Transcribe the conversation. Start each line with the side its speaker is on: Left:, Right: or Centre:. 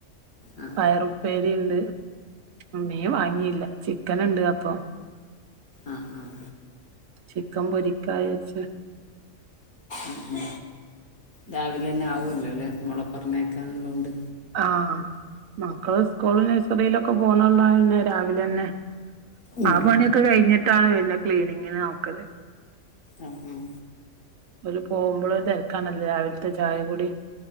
Left: ആ
Right: പയറും. ഉപ്പേരിണ്ട്, മീൻ വാങ്ങീല്ല. ചിക്കന്ണ്ട്. അപ്പൊ,
Left: ആഹ് ആഹ്.
Right: ചിക്കൻ പൊരിക്കാ വിയാര്ച്ച്.
Left: ഉം ഉം. രാവിലെന്നെ ആവോല്ലോ ല്ലേ മോളെ പറഞ്ഞയ്ക്കാൻ ഇള്ളോണ്ട്.
Right: ആഹ്. മക്കള് സ്കൂൾലും നഴ്സറീലൊക്കെ പോണത്ണ്ടായാ പിന്നെ രാവിലെന്നെ,
Left: ഉം
Right: ആ പണ്യൊക്കെ കഴിഞ്ഞിട്ടാണ് പിന്നെ ക്ലീനിങ്ങിന് നോക്കല്.
Left: ആഹ് ആഹ്.
Right: ഓല് പോവുമ്പളും തെര്ക്കാണല്ലോ രാവിൽത്തെ ചായ കുടി.